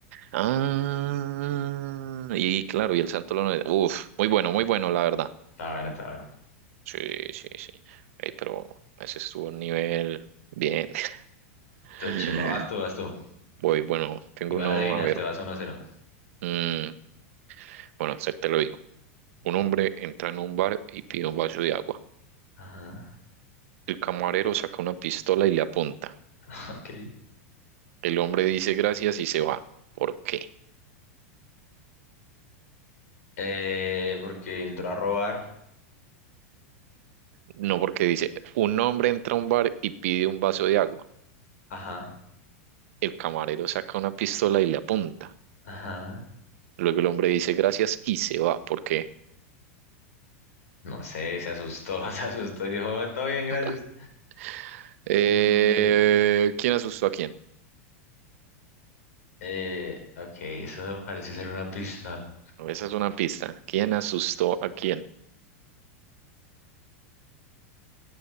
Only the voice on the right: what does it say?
Ah, y claro, y el santo lo. Uf, muy bueno, muy bueno, la verdad.
Sí, sí, sí. Ey, pero ese estuvo un nivel bien. <laughs>
Voy, bueno, tengo
uno,
a ver.
Mm, bueno, este te lo digo. Un hombre entra en un bar y pide un vaso de agua.
El camarero saca una pistola y le apunta.
El hombre dice gracias y se va. ¿Por qué?
No, porque dice, un hombre entra a un bar y pide un vaso de agua.
El camarero saca una pistola y le apunta.
Luego el hombre dice gracias y se va. ¿Por qué?
<laughs> Eh,
¿quién asustó a quién?
No, Esa es una pista. ¿Quién asustó a quién?